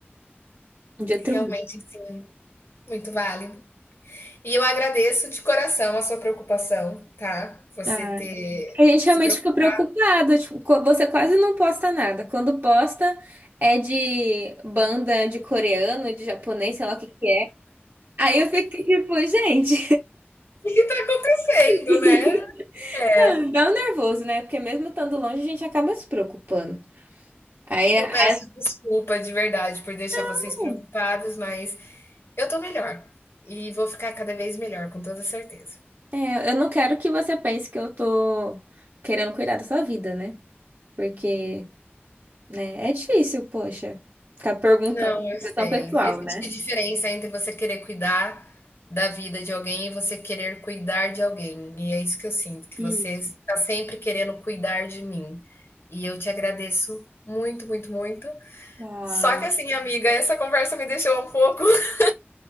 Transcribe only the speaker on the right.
De outro
mundo.
A gente
realmente
fica preocupado, tipo, co- você quase não posta nada. Quando posta é de banda de coreano, de japonês, sei lá o que que é. Aí eu fico tipo, gente.
<laughs>
Não, dá um nervoso, né? Porque mesmo estando longe, a gente acaba se preocupando. Aí,
aí-
hum,
é, eu não quero que você pense que eu tô querendo cuidar da sua vida, né? Porque, né, é difícil, poxa, ficar perguntando,
é tão
pessoal,
né?
Isso.
Ah.